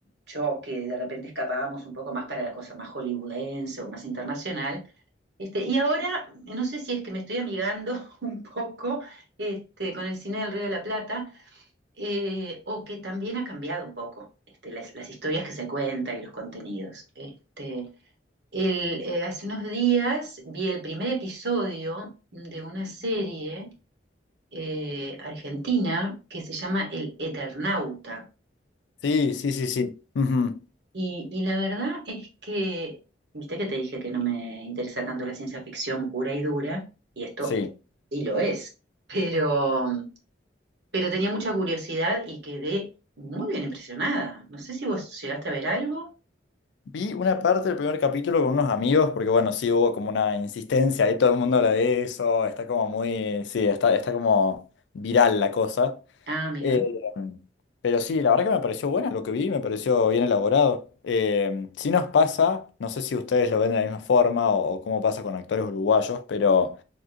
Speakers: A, on the right (about 65°); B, on the left (about 70°).
A: Yo que de repente escapábamos un poco más para la cosa más hollywoodense o más internacional. Este, y ahora, no sé si es que me estoy amigando <laughs> un poco este, con el cine del Río de la Plata, eh, o que también ha cambiado un poco este, las, las historias que se cuentan y los contenidos. Este, el, eh, hace unos días vi el primer episodio de una serie eh, argentina que se llama El Eternauta.
B: Sí, sí, sí, sí. Ujú,
A: Y, y la verdad es que, viste que te dije que no me interesa tanto la ciencia ficción pura y dura, y esto
B: Sí.
A: sí lo es, pero, pero tenía mucha curiosidad y quedé muy bien impresionada. No sé si vos llegaste a ver algo.
B: Vi una parte del primer capítulo con unos amigos, porque bueno, sí hubo como una insistencia, ahí todo el mundo habla de eso, está como muy, sí, está, está como viral la cosa.
A: Ah, mira.
B: Eh,
A: <laughs>
B: pero sí, la verdad que me pareció buena lo que vi, me pareció bien elaborado. Eh, sí nos pasa, no sé si ustedes lo ven de la misma forma o, o cómo pasa con actores uruguayos, pero